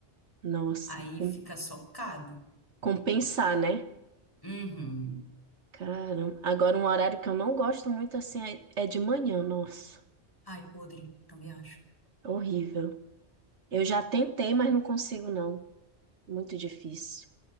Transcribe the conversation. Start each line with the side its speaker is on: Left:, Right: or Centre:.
Right: Nossa,
Left: Aí
Right: com-
Left: fica socado.
Right: compensar, né?
Left: Uhum.
Right: Caramba. Agora, um horário que eu não gosto muito, assim, é é de manhã. Nossa,
Left: Ai, podre, também acho.
Right: é horrível. Eu já tentei, mas não consigo, não. Muito difícil.